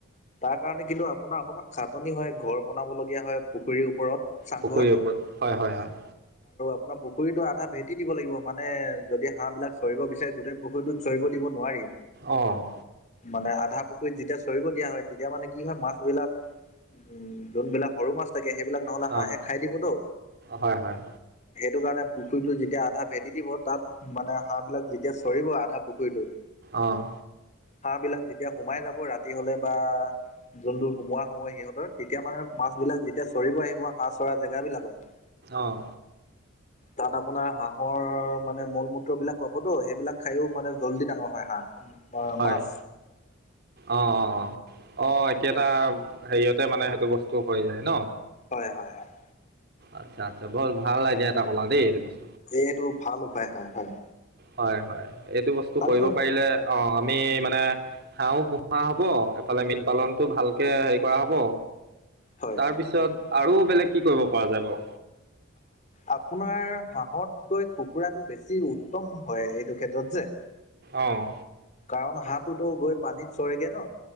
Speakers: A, on the left; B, on the right.
A: তাৰ কাৰণে কিন্তু আপো আপোনাৰ অকণমান খাটনি হয় ঘৰ বনাবলগীয়া হয় পুখুৰীৰ ওপৰত চাংঘৰ।
B: পুখুৰীৰ ওপৰত হয় হয় হয়।
A: ন পুখুৰীটোৰ আধা ভে কি দিব লাগিব মানে যদি হাঁহবিলাক চৰিব বিচাৰে গোটেই পুখুৰীটোত চৰিব দিব নোৱাৰি।
B: অঁহ
A: মানে আধা পুখুৰীত যেতিয়া চৰিব দিয়া হয়। তেতিয়া মানে কি হয় মাছ বিলাক উম যোনবিলাক সৰু মাছ থাকে- সেইবিলাক নহলে হাঁহে
B: অঁ
A: খাই দিবতো
B: হয় হয়
A: সেইটো কাৰণে পুখুৰীতটো তেতিয়া আধা ভেটি দিব তাত মানে হাঁহবিলাক যেতিয়া চৰিব আধা পুখুৰীটোত
B: অহঁ
A: হাঁহ বিলাক যেতিয়া সোমাই যাব ৰাতি হলে বা যোনটো সোমোৱা হব সিহঁতৰ তেতিয়া মানে মাছবিলাক যেতিয়া চৰিব আহিব হাঁহ চৰা জেগাব বিলাকত
B: অহ
A: তাত আ আপোনাৰ হাঁহৰ মানে মল মূত্ৰ বিলাক পাবতো সেইবিলাক খায়ও মানে জল্দি ডাঙৰ হয়। হাঁহ অ'
B: হয়
A: মাছ
B: অহ অহ অহ অহ এতিয়া এটা হেৰিয়তে মানে সেইটো বস্তু হৈ যায় ন।
A: হয় হয় হয়।
B: আচ্ছা আচ্ছা বৰ ভাল এডিয়া এটা কলা দেই -
A: এইটো ভাল উপায় হয় হয়।
B: হয় হয় এইটো বস্তু
A: তাৰপিছত
B: কৰিব পাৰিলে অ আমি মানে হাঁহো, পোহা হব এইফালে মীন পালনতটো ভালকে হেৰি কৰা হ'ব।
A: হয়
B: তাৰ পিছত আৰু বেলেগ কি কৰিব পৰা যায় বাও?
A: আপোনাৰ হাঁহতকৈ কুকুৰাটো বেছি উত্তম হয় এইটো ক্ষেত্ৰত যে।
B: অহ।
A: কাৰণ হাঁহোতো গৈ পানীত চৰেগে ন।